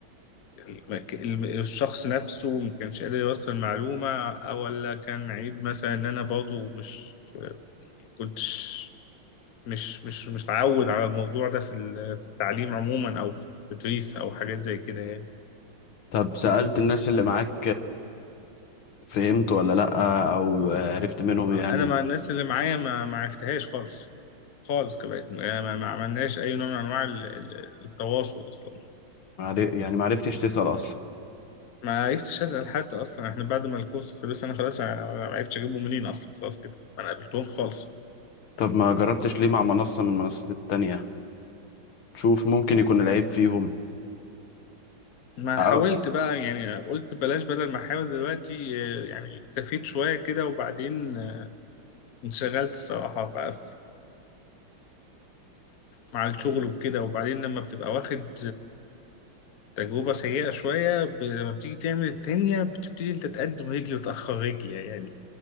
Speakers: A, on the left; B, on the left.
A: المك- الم- الشخص نفسه ما كانش قادر يوصل المعلومة أو ولا كان عيب مثلا ان انا برضو مش كنتش مش مش مش متعود على الموضوع ده في ال- في التعليم عموما او في التدريس او حاجات زي كده يعني
B: طب سألت الناس اللي معاك فهمت ولا لأ أو عرفت منهم يعني
A: انا مع الناس اللي معايا ما ما عرفتهاش خالص خالص كمان ما, ما ما عملناش اي نوع من انواع ال- ال- التواصل اصلا
B: معر- يعني معرفتش تسأل أصلا
A: ما عرفتش اسال حد اصلا احنا بعد ما الكورس خلص انا خلاص ع- ما عرفتش اجيبه منين اصلا خلاص كده ما انا قابلتهم خالص
B: طب ما جربتش ليه مع منصة من المنصات التانية تشوف ممكن يكون العيب فيهم
A: ما
B: أه
A: حاولت بقى يعني قلت بلاش بدل ما احاول دلوقتي آه، يعني اكتفيت شويه كده وبعدين آه، انشغلت الصراحه بقى مع الشغل وكده وبعدين لما بتبقى واخد تجربة سيئة شوية ب... لما بتيجي تعمل التانية بتبتدي انت تقدم رجل وتأخر رجل يعني